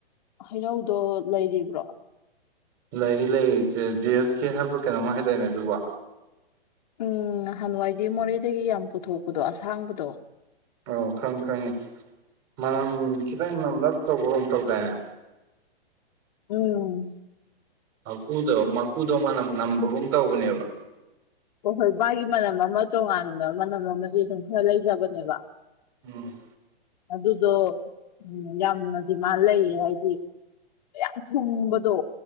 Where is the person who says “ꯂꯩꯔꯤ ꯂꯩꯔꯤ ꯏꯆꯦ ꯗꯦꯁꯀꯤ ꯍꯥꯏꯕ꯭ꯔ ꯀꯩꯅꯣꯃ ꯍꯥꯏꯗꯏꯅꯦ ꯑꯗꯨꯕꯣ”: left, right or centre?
Right